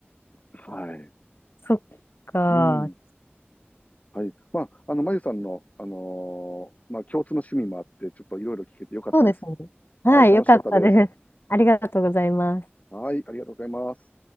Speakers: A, on the left; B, on the left.
A: はい。
B: そっか。
A: うん。はい。まあ、あの、まゆさんの、あのーまあ、共通の趣味もあって、ちょっといろいろ聞けてよかったです。
B: そうですね。はい、
A: はい、楽しかったです。
B: よかったです。ありがとうございます。
A: はい、ありがとうございます。